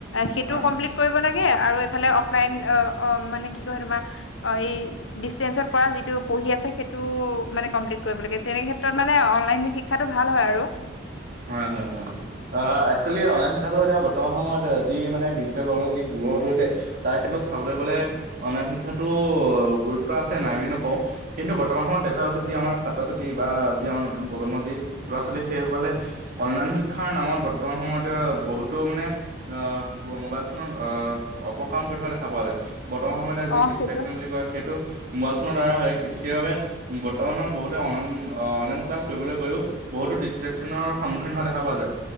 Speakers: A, on the right; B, on the left.
A: হয়
B: সেইটো
A: হয়
B: কমপ্লিট কৰি ব লাগে আৰু ইফালে অফলাইন মানে কি কিয় তোমাৰ এই ডিষ্টেন্সত কৰা যিটো পঢ়ি আছে সেইটো মানে কমপ্লিট কৰিব লাগে, তেনে ক্ষেত্ৰত মানে অনলাইন শিক্ষাটো ভাল হয় আৰু।
A: হয় হয় হয় একচুৱেলি অনলাইন শিক্ষাটো এতিয়া বৰ্তমান সময়ত এ যি মানে ডিজিটেল ৱৰ্ল্ডত যি ৰ'দ হৈছে তাৰ ক্ষেত্ৰত চাবলে গ'লে অনলাইন শিক্ষাটো গুৰুত্ব আছে, নাই বুলি নকওঁ। কিন্তু বৰ্তমান সময়ত দেখা গৈছে যি আমাৰ ছাত্ৰ, ছাত্ৰী বা যি আমাৰ নতুন প্ৰজন্মৰ যি ল'ৰা- ছোৱালী সেইসকলে অনলাইন শিক্ষাৰ নামত বৰ্তমান সময়তে বহুতো মানে আহ ম'বাইল ফোনত আহ অপকাম কৰি থকা দেখা পোৱা যায়। বৰ্তমান সময়তে যি
B: অ
A: ডিষ্ট্ৰেকচন
B: সেইটো
A: বুলি কয় সেইটো ম'বাইল ফোনৰ দোৱাৰই হৈ সেইবাবে বৰ্তমান সময়ত বহুতে অনলাইন অনলাইন ক্লাছ কৰিবলৈ গৈও বহুতো ডিষ্ট্ৰেক চনৰ সন্মুখীন হোৱা দেখা পোৱা যায়,